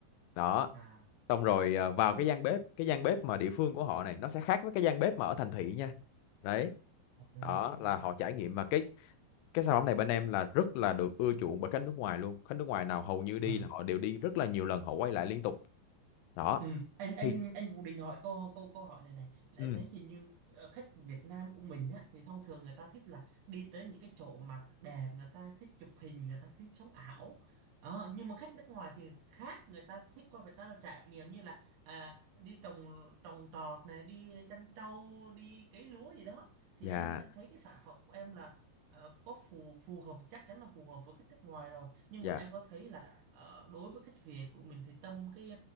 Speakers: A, on the left; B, on the right.
A: đó
B: à
A: xong rồi à, vào
B: Ồ,
A: cái gian bếp cái gian bếp mà địa phương của họ này nó sẽ khác với cái gian bếp mà ở thành thị nha đấy
B: Ờ, đúng
A: đó
B: rồi.
A: là họ trải nghiệm mà cái cái sản phẩm này bên em là rất là được ưa chuộng bởi khách nước ngoài luôn khách nước ngoài nào hầu như đi
B: Ờ,
A: là họ đều đi rất là nhiều lần họ quay lại liên tục đó
B: Ừ. Anh anh
A: thì
B: anh Vũ định hỏi câu câu câu hỏi này này là
A: ừ
B: anh thấy hình như ờ, khách Việt Nam của mình á thì thông thường người ta thích là đi tới những cái chỗ mà đẹp người ta thích chụp hình người ta thích sống ảo Ờ, nhưng mà khách nước ngoài thì khác người ta thích qua Việt Nam là trải nghiệm như là à, đi trồng trồng trọt này đi chăn trâu đi cấy lúa gì đó thì
A: dạ
B: anh anh thấy cái sản phẩm của em là ờ, có phù phù hợp chắc chắn là phù hợp với khách nước ngoài rồi nhưng
A: dạ
B: mà em có thấy là ờ, đối với khách Việt của mình thì tâm cái